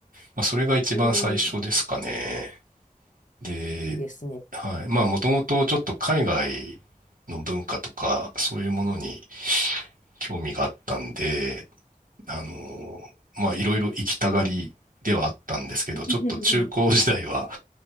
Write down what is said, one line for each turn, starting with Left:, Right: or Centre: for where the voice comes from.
Right: まあ、それが一番最初ですかね。
Left: うん。うん。
Right: で、
Left: いいですね。
Right: はい。まあ、もともとちょっと海外の文化とか、そういうものに興味があったんで、あの、まあ、いろいろ行きたがりではあったんですけど、
Left: <laughs> う
Right: ちょっと中高時代は、